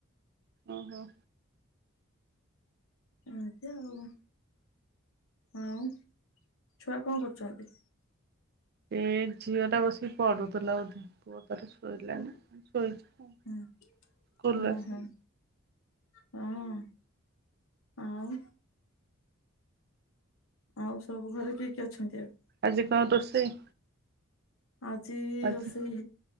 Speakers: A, on the right; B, on the left.
A: ଓହୋଃ।
B: ଏମତି ଆଉ। ଆଉ ଛୁଆ କଣ କରୁଚନ୍ତି?
A: ଏ ଝିଅ ଟା ବସିକି ପଢୁଥିଲା ବୋଧେ ପୁଅ ତାର ଶୋଇଲାଣି ଶୋଇଚି। ଆଉ।
B: ହୁଁ
A: ସ୍କୁଲରୁ
B: ଉଁ
A: ଆସିକି
B: ହୁଁ। ହଁ ଆଉ ଆଉ ସବୁ ଘରେ କିଏ କି ଅଛନ୍ତି ଏବେ?
A: ଆଜି କଣ ରୋଷେଇ?
B: ଆଜି
A: ଆଜି
B: ରୋଷେଇ